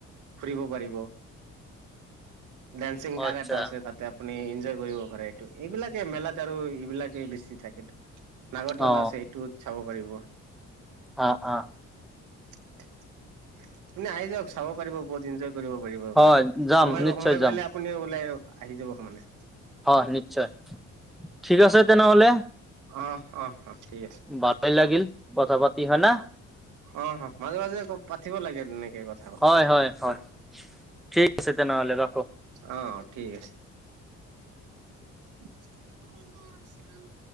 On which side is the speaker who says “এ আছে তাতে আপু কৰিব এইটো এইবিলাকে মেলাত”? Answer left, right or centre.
Right